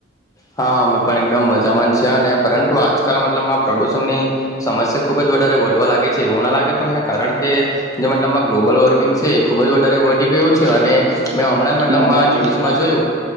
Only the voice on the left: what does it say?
હ હા અમે પણ એકદમ મજામાંન છી અને પરંતુ આજકાલ મતલબમાં પ્રદુષણ ની સમસ્યા ખુબ જ વધ વધવા લાગે છે એવું ના લાગે તમને કારણ કે જે મતલબમાં ગ્લોબલ વોર્મિંગ ખુબ જ વધારે વધી ગયું છે
અને
મે હમણાં મતલબ
ન્યુઝમાં
જોયું